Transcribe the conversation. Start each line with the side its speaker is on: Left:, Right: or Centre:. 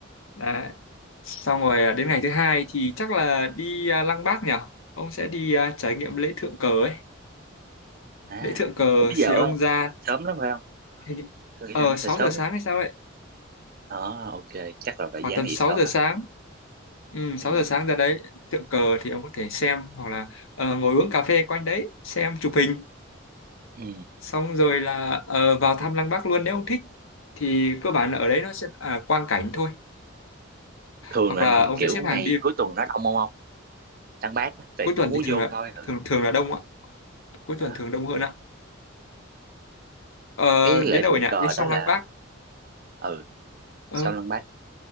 Left: Đấy. Xong rồi à, đến ngày thứ hai thì chắc là đi à, Lăng Bác nhỉ? Ông sẽ đi à, trải nghiệm lễ thượng cờ ấy.
Right: à
Left: Lễ thượng cờ
Right: cũng bây giờ
Left: thì ông
Right: không
Left: ra
Right: sớm lắm phải không
Left: hình như-
Right: tôi nghĩ
Left: ờ
Right: là nó
Left: 6
Right: sẽ sớm
Left: giờ sáng
Right: lắm
Left: hay sao ấy,
Right: ờ ok chắc là
Left: khoảng
Right: phải dán
Left: tầm
Right: gì
Left: 6
Right: sớm
Left: giờ
Right: à
Left: sáng. Ừ, 6
Right: ừ.
Left: giờ sáng ra đấy, tượng cờ thì ông có thể xem hoặc là ờ, ngồi uống cà phê quanh đấy, xem chụp hình,
Right: ừ
Left: xong rồi là ờ, vào thăm Lăng Bác luôn nếu ông thích. Thì cơ bản là ở đấy nó sẽ là quang cảnh thôi,
Right: thường
Left: hoặc
Right: là
Left: là ông
Right: kiểu
Left: sẽ xếp hàng
Right: ngày
Left: đi.
Right: cuối tuần nó đông không không lăng bác á, tại
Left: Cuối
Right: cũng
Left: tuần
Right: muốn
Left: thì thường
Right: vô
Left: là
Right: coi thử
Left: thường thường là đông ạ, cuối
Right: đó.
Left: tuần thường đông hơn ạ. Ờ,
Right: cái lễ
Left: đến đâu
Right: thượng
Left: rồi nhỉ?
Right: cờ
Left: Đến sau
Right: đó là
Left: Lăng Bác.
Right: ừ
Left: Ờ,
Right: sao lăng bác